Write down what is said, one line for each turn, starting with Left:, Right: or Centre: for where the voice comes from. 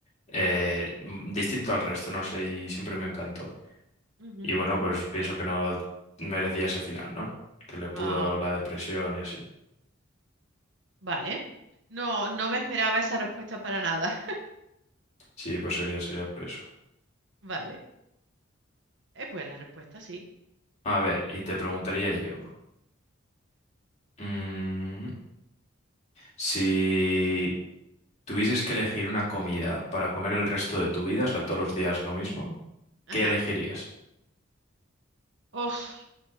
Left: eh, m- distinto al resto, no sé, y siempre me encantó.
Right: ujú.
Left: Y bueno, pues pienso que no merecía ese final, ¿no? Que le pudo
Right: Ah,
Left: la depresión y así.
Right: vale. No, no me esperaba esa respuesta para nada.
Left: Sí, pues sería, sería por eso.
Right: <laughs> Vale. Es buena respuesta, sí.
Left: A ver, y te preguntaría yo, mm, si tuvieses que elegir una comida para comer el resto de tu vida, o sea, todos los días lo mismo,
Right: Ajá.
Left: ¿qué elegirías?
Right: Uf,